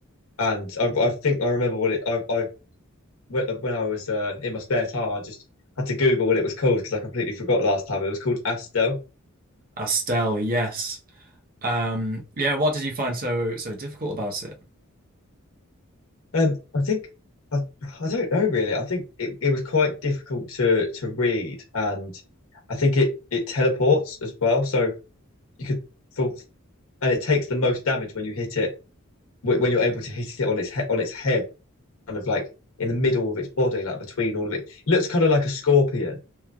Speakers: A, on the left; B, on the right.
A: and I I think I remember what it I I when when I was uh, in my spare time, I just had to Google what it was called because I completely forgot last time. It was called Astel.
B: Astel, yes. Um, yeah. What did you find so so difficult about it?
A: Um, I think I, I don't know really. I think it, it was quite difficult to to read, and I think it it teleports as well. So you could full and it takes the most damage when you hit it wh- when you're able to hit it on its he on its head, kind of like in the middle of its body, like between all of it. It looks kind of like a scorpion.